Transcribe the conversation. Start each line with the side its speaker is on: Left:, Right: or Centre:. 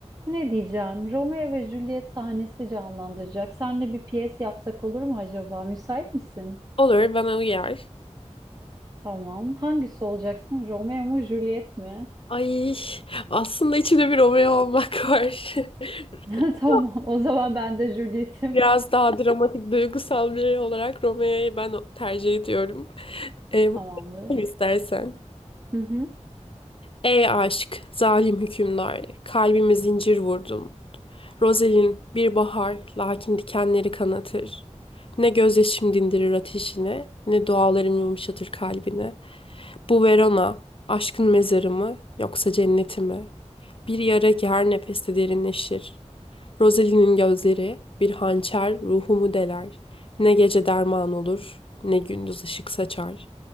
Right: Ne diyeceğim? Romeo ve Juliet sahnesi canlandıracak. Seninle bir piyes yapsak olur mu acaba? Müsait misin?
Left: Olur, bana uyar.
Right: Tamam. Hangisi olacaksın? Romeo mu, Juliet mi?
Left: Ay, aslında içimde bir Romeo olmak var.
Right: <laughs>
Left: <laughs>
Right: Tamam. O zaman ben de Juliet'im.
Left: Biraz daha dramatik, duygusal biri olarak Romeo'yu ben tercih ediyorum. Ee,
Right: Tamamdır.
Left: bu- istersen.
Right: Hı hı.
Left: Ey aşk, zalim hükümdar, kalbime zincir vurdun. Rozelin bir bahar, lakin dikenleri kanatır. Ne gözyaşım dindirir ateşine, ne dualarım yumuşatır kalbine. Bu Verona, aşkın mezarı mı yoksa cenneti mi? Bir yara ki her nefeste derinleşir. Rosalie'nin gözleri bir hançer ruhumu deler. Ne gece derman olur, ne gündüz ışık saçar.